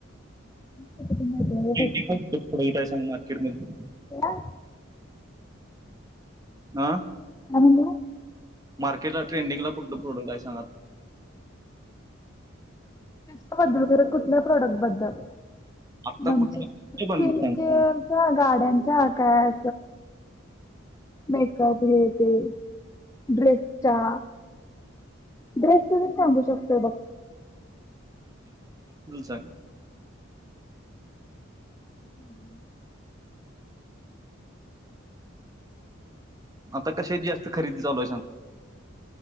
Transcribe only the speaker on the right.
य सांग म <unintelligible> मार्केट मधलं.
आ.
मार्केटला ट्रेंडिंगला कुठलं प्रोडक्ट आहे सांगा आता.
आत्ता
कुठली ते
पण सांग
चग <unintelligible>
आता कशा जास्त खरेदी चालू आहे सांग.